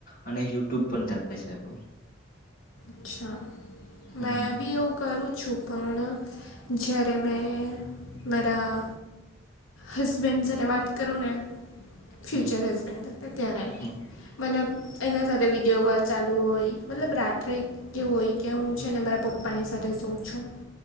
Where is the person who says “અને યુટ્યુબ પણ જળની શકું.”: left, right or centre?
Left